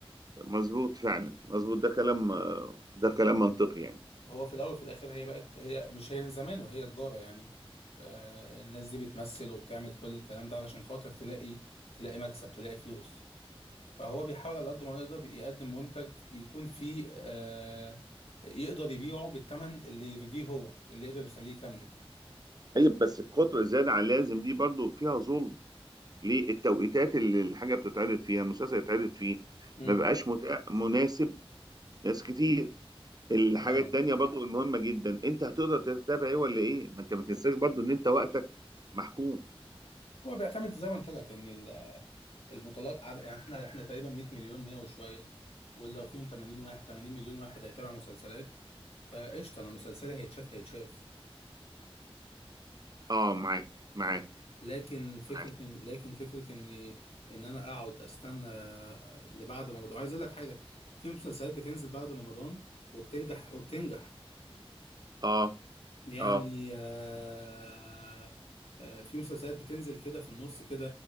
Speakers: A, on the right; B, on the left.
A: مظبوط فعلا مظبوط ده كلام ده كلام منطقي يعني
B: هو في الاول وفي الاخر هي بقت هي مش هي من زمان وهي تجاره يعني آه الناس دي بتمثل وبتعمل كل الكلام ده علشان خاطر تلاقي تلاقي مكسب تلاقي فلوس فهو بيحاول على قد ما يقدر يقدم منتج يكون فيه آه يقدر يبيعه بالثمن اللي يرضيه هو اللي يقدر يخليه يكمل
A: طيب بس القطر الزيادة عن اللازم دي برضو فيها ظلم ليه التوقيتات اللي الحاجة بتتعرض فيها المسلسل يتعرض فيه
B: امم
A: ما بقاش متاح مناسب ناس كتير الحاجة
B: فاهمك
A: التانية برضو المهمة جدا انت هتقدر تتابع ايه ولا ايه ما انت ما تنساش برضو ان انت وقتك محكوم
B: هو بيعتمد زي ما قلت لك ان ال- المطلقات عد- يعني احنا احنا تقريبا 100 مليون 100 وشويه ولو فيهم 80 واحد 80 مليون واحد هيتابع مسلسلات فقشطه انا مسلسلي هيتشاف هيتشاف
A: اه معاك معاك
B: لكن فكرة
A: معاك
B: إن لكن فكرة إن إن أنا أقعد أستنى لبعد رمضان عايز أقول لك حاجة في مسلسلات بتنزل بعد رمضان وبتنجح وبتنجح
A: اه
B: يعني
A: اه
B: آه، آه، في مسلسلات بتنزل كده في النص كده